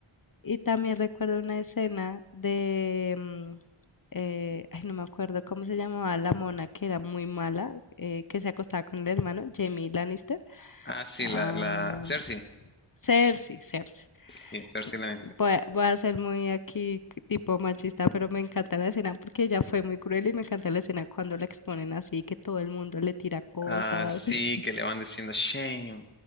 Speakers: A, on the left; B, on the left.
A: Y también recuerdo una escena de, mm, eh, ay, no me acuerdo cómo se llamaba la mona que era muy mala, eh, que se acostaba con el hermano, Jamie Lannister.
B: Ah, sí,
A: Ah,
B: la, la Cersei.
A: Cersei, Cersei.
B: Sí, Cersei
A: M-
B: la
A: Voy a, voy a ser muy aquí tipo machista, pero me encanta la escena porque ella fue muy cruel y me encanta la escena cuando la exponen así, que todo el mundo le tira cosas.
B: Ah, sí,
A: <laughs>
B: que le van diciendo shame,